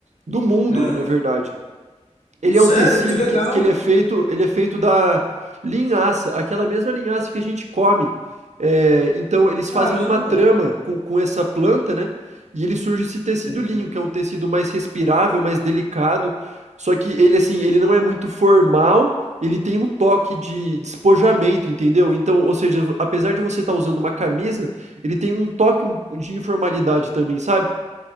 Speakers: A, on the right; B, on the left.
A: do mundo,
B: É.
A: na verdade. Ele
B: Sério,
A: é um tecido
B: que legal.
A: que, que ele é feito, ele é feito da linhaça, aquela mesma linhaça que a gente come. É, então eles fazem
B: Caramba.
A: uma trama com, com essa planta, né? E ele surge esse tecido
B: Uhum.
A: linho, que é um tecido mais respirável, mais delicado. Só que ele assim, ele não é muito formal, ele tem um toque de despojamento, entendeu? Então, ou seja, apesar de você estar usando uma camisa, ele tem um toque um- de informalidade também, sabe?